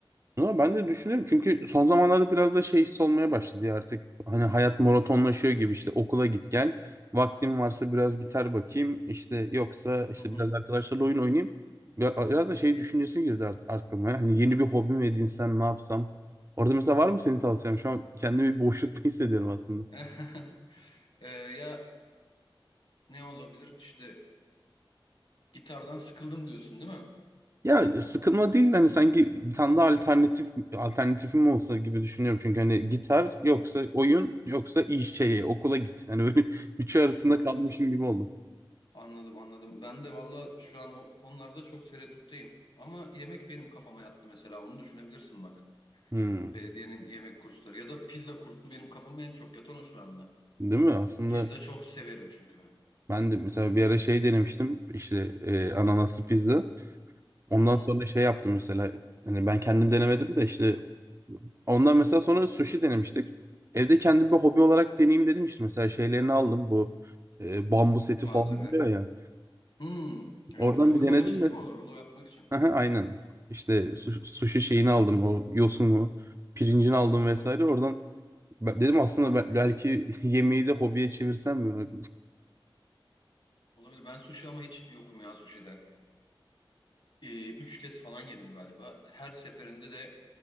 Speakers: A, on the right; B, on the left.
A: Ama ben de düşünüyorum çünkü son zamanlarda biraz da şey hissi olmaya başladı ya artık. Hani hayat maratonlaşıyor gibi işte okula git gel. Vaktim varsa biraz gitar bakayım. işte yoksa işte
B: Hı hı.
A: biraz arkadaşlarla oyun oynayayım. Ya- Biraz da şey düşüncesi girdi artık aklıma. ya. Hani yeni bir hobi mi edinsem ne yapsam. Orada mesela var mı senin tavsiyen? Şu an kendimi bir boşlukta <laughs> hissediyorum aslında.
B: <laughs> E, ya ne olabilir işte gitardan sıkıldım diyorsun değil mi?
A: Ya sıkılma değil hani sanki bir tane daha alternatif alternatifim olsa gibi düşünüyorum. Çünkü hani gitar yoksa oyun yoksa iş şeye okula git. Hani böyle <laughs> üçü arasında
B: Anladım.
A: kalmışım gibi oldum.
B: Anladım anladım. Ben de valla şu an o konularda çok tereddütteyim. Ama yemek benim kafama yattı mesela onu düşünebilirsin bak.
A: Hmm,
B: Belediyenin yemek kursları ya da pizza kursu benim kafama en çok yatan o şu anda.
A: Değil mi? Aslında
B: Pizza çok severim çünkü ben.
A: ben de mesela bir ara şey denemiştim işte e, ananaslı pizza. Ondan
B: Hı hı.
A: sonra şey yaptım mesela hani ben kendim denemedim de işte ondan mesela sonra sushi denemiştik. Evde kendim bir hobi olarak deneyeyim dedim işte mesela şeylerini aldım bu e, bambu seti
B: Malzeme.
A: falan diyor ya.
B: Hmm, evet
A: Oradan
B: kıvırmak
A: bir denedim
B: için değil mi o? Rulo yapmak için.
A: Aha, aynen. İşte su- sushi şeyini aldım o yosunu, pirincini aldım vesaire. Oradan ben- dedim aslında ben- belki <laughs> yemeği de hobiye çevirsem mi?
B: Olabilir. Ben sushi ama hiç yokum ya sushi'de. Ee, üç kez falan yedim galiba. Her seferinde de